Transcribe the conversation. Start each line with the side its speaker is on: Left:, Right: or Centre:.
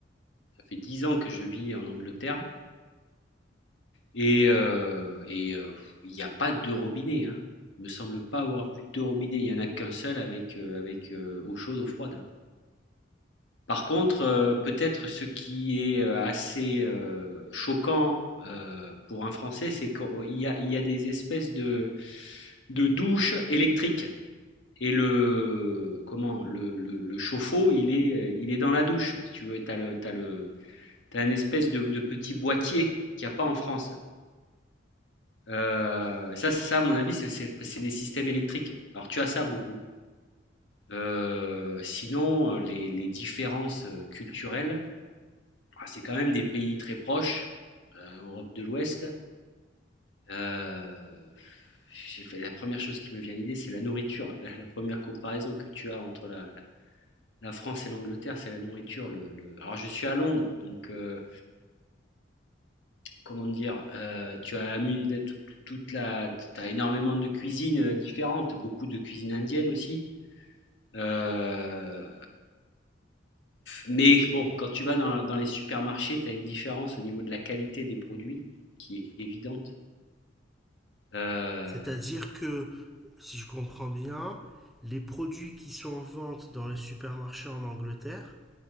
Left: ça fait 10 ans que je vis en Angleterre et heu et heu, il n'y a pas de robinet. hein. Il me semble pas avoir vu de robinet. il y en a qu'un seul avec, heu, avec, heu, eau chaude, eau froide, hein. Par contre, heu, peut-être ce qui est, heu, assez, heu, choquant, heu, pour un Français, c'est qu'il y a il y a des espèces de de douches électriques. Et le comment? Le le le chauffe-eau, il est, euh, il est dans la douche, si tu veux. Et tu as le t'as le t'as une espèce de de petit boîtier qu'il y a pas en France. Heu, ça c'est ça à mon avis, c'est c'est c'est des systèmes électriques. Alors tu as ça beaucoup. Heu, sinon, les les différences, euh, culturelles, bah, c'est quand même des pays très proches, heu, Europe de l'Ouest. Heu, la première chose qui me vient à l'idée, c'est la nourriture. La la 1 comparaison que tu as entre la la La France et l'Angleterre, c'est la nourriture. Le, le- Alors, je suis à Londres, donc euh, comment dire, euh, tu as la mu- toute la, t'as énormément de cuisines euh, différentes, beaucoup de cuisine indienne aussi. Euh, Mais bon, quand tu vas dans, dans les supermarchés, tu as une différence au niveau de la qualité des produits qui est évidente. Euh,
Centre: C'est-à-dire que, si je comprends bien, les produits qui sont en vente dans les supermarchés en Angleterre